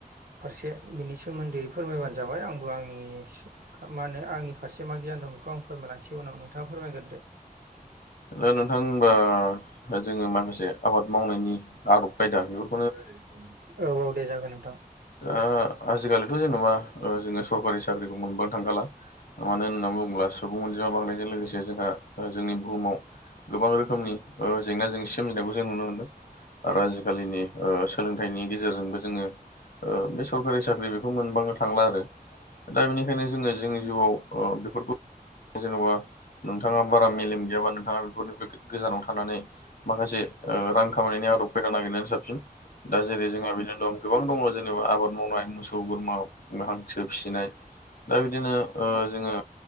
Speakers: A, on the right (about 75°); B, on the left (about 70°).
A: फारसे बिनि सोमोन्दै फोरमायबानो जाबाय आंबो आंनि मा होनो आंनि फारसे मा गियान दं। बेखौ आं फोरायलासै उनाव नोंथाङा फोरमायग्रोदो।
B: दा नोंथां ओमबा जोङो माखासे आबाद मावनायनि आदब खायदाखौ
A: <inaudible> औ औ दे जागोन नोंथां।
B: ओ आजिखालिथ' जेनबा जोङो सरकारि साख्रिखौ मोनबोनो थांखाला मानो होनना बुङोब्ला सुबुं अनजिमा बांनायजों लोगोसे जोंहा जोंनि बुहुमाव गोबां रोखोमनि ओ जेंना जेंसि सोमजिनायखौ जों नुनो मोनदों।
A: दा
B: आरो
A: बेबायदिनो
B: आजिखालिनि
A: <inaudible>
B: ओ सोलोंथाइनि गेजेरजोंबो जोङो ओ बे सरखारि साख्रि बेखौ मोनबांनो थांला आरो। दा बेनिखायनो जोङो जोंनि जिउआव बेफोरखौ जेनबा नोंथाङा बारा मेलेम गैयाबा नों थाङा बेफोरनिफ्राय गोजानाव थानानै माखासे ओ रां खामायनायनि आदब खायदा नागिरनायानो साबसिन। दा जेरै जोङा बिदिनो दं गोबां दङ जेनेबा आबाद मावनाय मोसौ बोरमा हांसो फिसिनाय दा बिदिनो ओ जोङो